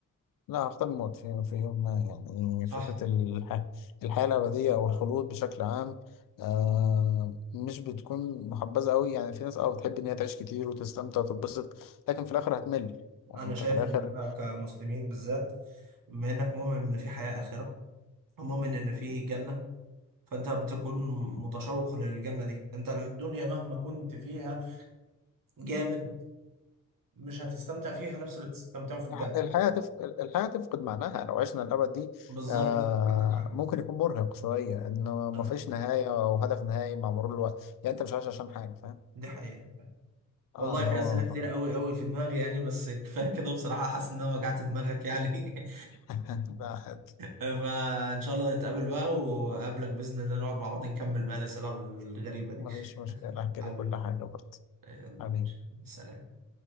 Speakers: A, on the left; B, on the right.
A: لا هختار الموت في, في يوم ما يعني
B: صح؟
A: فكرة الح... الحياة الأبدية أو الخلود بشكل عام آه مش بتكون محبذة أوي يعني في ناس أه بتحب إن هي تعيش كتير وتستمتع وتتبسط لكن في الآخر هتمل يعني
B: انا
A: أنت
B: شايف
A: في الآخر
B: ان احنا كمسلمين بالذات بما انك مؤمن ان في حياة آخرة ومؤمن
A: مم.
B: ان في جنة فانت بتكون متشوق للجنة دي انت الدنيا مهما كنت فيها جامد مش هتستمتع فيها نفس اللي تستمتعه في الجنة
A: الح- الحياة تف... الحياة تفقد معناها لو عشنا الأبد دي
B: بالظبط
A: آه
B: عندك حق
A: ممكن يكون مرهق شوية إنه ما
B: صح
A: فيش نهاية أو هدف نهائي مع مرور الوقت يعني أنت مش عايش عشان حاجة فاهم؟
B: دي حقيقة والله
A: آه اللي
B: في
A: هو
B: أسئلة كتير قوي قوي في دماغي يعني بس كفاية كده بصراحة حاسس إن أنا وجعت دماغك يعني <laughs>
A: <laughs> لا
B: فإن شاء الله نتقابل بقى وأقابلك بإذن الله نقعد مع بعض نكمل بقى الأسئلة الغريبة دي
A: ما فيش مشكلة أحكي
B: حبيبي
A: لك كل حاجة برضه
B: يلا
A: حبيبي
B: سلام